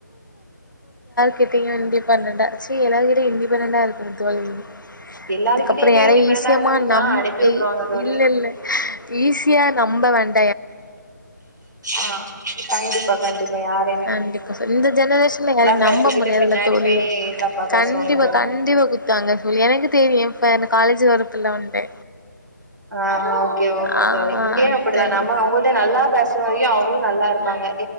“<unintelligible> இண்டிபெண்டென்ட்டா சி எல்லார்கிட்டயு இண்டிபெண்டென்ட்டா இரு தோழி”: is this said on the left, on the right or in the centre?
Left